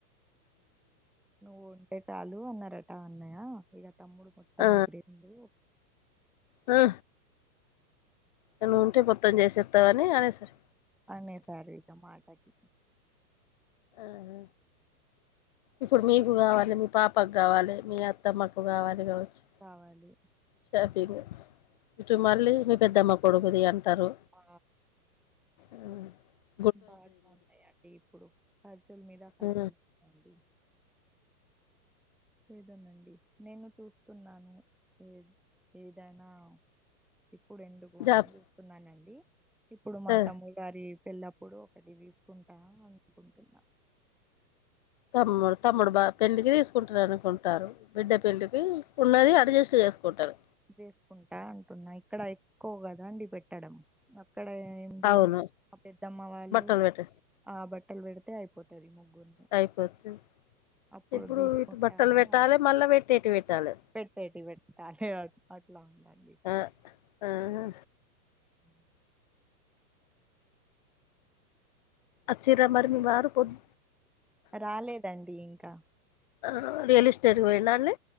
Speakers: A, in the centre; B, on the left.
A: నువ్వు ఉంటే చాలు అన్నారట అన్నయ ఇగ తమ్ముడు మొత్తం
B: ఆ
A: ఎగిరిండు
B: ఆ ఇంగ నువ్వు ఉంటే మొత్తం చేసేస్తా అని అనే సార్
A: అనేసారు ఇగ మాటకి
B: ఆహ ఇప్పుడు మీకు కావాలె మీ పాపకు కావాలె మీ అత్ త్తమ్మ కు కావాలి కావచ్చు
A: కావాలి
B: షాపింగ్ ఇటు మళ్ళీ మీ పెద్దమ్మ కొడుకుది అంటారు
A: ఆ
B: మ్మ్
A: బాగనే ఉన్నాయిండి ఇప్పుడు ఖర్చుల మీద ఖర్చులు
B: ఆ!
A: ఉన్నాయండీ ఏదోనండి నేను చూస్తున్నాను ఏ ఏదైనా ఇప్పుడు ఎందుకు అన్ని
B: జాబ్
A: చూస్తున్నానండి ఇప్పుడు మా
B: ఆ!
A: తమ్ముడు గారి పెళ్ల్ళప్పుడు ఒకటి తీసుకుంటా అనుకుంటున్నా
B: తమ్ముడు తమ్ముడు బా పెళ్లికి తీసుకుంటారునుకుంటారు బిడ్డ పెండ్లికి ఉన్నది అడ్జస్ట్ చేసుకుంటారు
A: చేసుకుంటా అంటున్నా ఇక్కడ ఎక్కువ కద అండి పెట్టడం అక్కడ నుండి
B: అవును
A: పెద్దమ్మ వాళ్ళు
B: బట్టలు పెట్ట
A: ఆ బట్టలు పెడితే అయిపో తది ముగ్గురుది
B: అయిపోతుంది
A: అప్పుడు
B: ఇప్పుడు
A: తీసుకుంటా
B: ఇటు బట్టలు
A: అని
B: పెట్టాలి
A: అలా
B: మళ్ళా పెట్టేటి పెట్టాలి
A: పెట్టేటి పెట్టాలి అట్ల ఉందండి ఇక్కడ
B: ఆ ఆహా
A: అ
B: అచ్చిర్రా
A: అట్లా
B: మరి మీ వారు పోద్
A: రాలేదండి ఇంకా
B: ఆ రియల్ ఎస్టేట్కి పోయిండా అండి